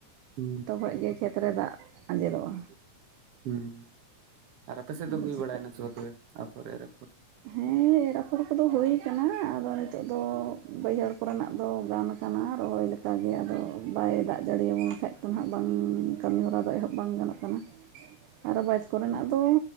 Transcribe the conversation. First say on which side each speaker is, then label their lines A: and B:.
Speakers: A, on the right (about 60°); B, on the right (about 80°).
A: ᱦᱩᱸ
B: ᱛᱚᱠᱷᱚᱡ ᱜᱮ ᱠᱷᱮᱛᱨᱮ ᱫᱟᱜ ᱟᱸᱡᱮᱫᱚᱜᱼᱟ
A: ᱦᱩᱸ ᱟᱨ ᱟᱯᱮ ᱥᱮᱫ ᱫᱚ
B: ᱟᱫᱚ
A: ᱦᱩᱭ
B: ᱪᱤᱠᱟᱹᱜ
A: ᱵᱟᱲᱟᱭ ᱮᱱᱟ ᱥᱮ
B: ᱠᱟᱱᱟ
A: ᱵᱟᱝ ᱛᱚᱵᱮ ᱟᱯᱷᱚᱨ ᱮᱨ ᱟᱯᱷᱚᱨ ᱠᱚ
B: ᱦᱮᱸ ᱮᱨ ᱟᱯᱷᱚᱨ ᱠᱚ ᱫᱚ ᱦᱚᱭ ᱠᱟᱱᱟ ᱟᱫᱚ ᱱᱤᱛᱚᱜ ᱫᱚ ᱵᱟᱹᱭᱦᱟᱹᱲ ᱠᱚᱨᱮᱱᱟᱜ ᱫᱚ ᱜᱟᱱ ᱟ...... ᱠᱟᱱᱟ ᱨᱚᱦᱚᱭ ᱞᱮᱠᱟ ᱜᱮ ᱟᱫᱚ ᱵᱟᱭ ᱫᱟᱜ ᱡᱟᱹᱲᱤ ᱭᱟᱵᱚᱱ ᱠᱷᱟᱱᱡ ᱛᱚ ᱱᱟᱦᱟᱜ ᱵᱟᱝ ᱠᱟᱹᱢᱤ ᱦᱚᱨᱟ ᱫᱚ ᱮᱦᱚᱵ ᱵᱟᱝ ᱜᱟᱱᱚᱜ ᱠᱟᱱᱟ
A: <inaudible>
B: ᱟᱨᱚ ᱵᱟᱡ ᱠᱚᱨᱮᱱᱟᱜ ᱫᱚ